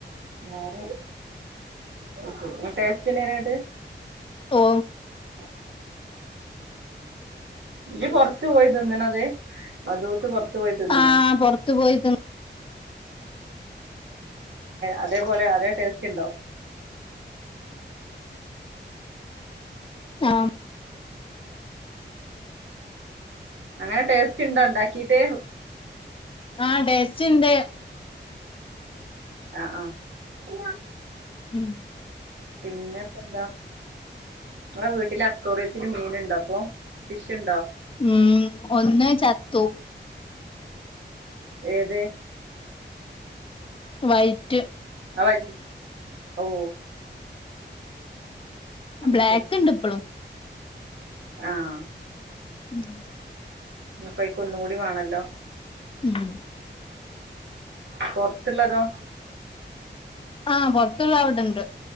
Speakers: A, on the right (about 85°); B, on the left (about 30°).
A: വേറെ ശരി ടെസ്റ്റ്നായിട്ട്-
B: ഓ...
A: <unintelligible> ഇജ്ജ് പൊറത്ത് പോയി- തിന്നണത് മദൂദ് പൊറത്ത്- പോയി തിന്ന്ണോ
B: ആഹ് പൊറത്തു പോയി തി-
A: അതേപോലെ അതേ ടേസ്റ്റ് ഉണ്ടോ?
B: ആഹ്,
A: അങ്ങനെ ടേസ്റ്റ് ഇണ്ടോ ഉണ്ടാക്കീട്ട്.
B: ആഹ് ടെസ്റ്റ്ണ്ട്.
A: ആഹ, ആഹാ,
B: ഉം.
A: പിന്നെപ്പ എന്താ? ങ്ങടെ വീട്ടില് അക്കോറിയത്തി മീന്- ഉണ്ടോ അപ്പോ, ഫിഷ്ണ്ടോ?
B: ഉം.. ഒന്ന് ചത്തു.
A: ഏത്?
B: വൈറ്റ്.
A: <unintelligible> ഓ... അത്
B: ബ്ലാക്ക് ഇണ്ട് ഇപ്പളും.
A: ആഹാ...
B: ഉം...
A: പ്പയ്കൊന്നൂടി വേണല്ലോ?
B: ഉം
A: പൊറത്തുള്ളതോ?
B: ആ പുറത്തുള്ളത് അവിടെണ്ട്.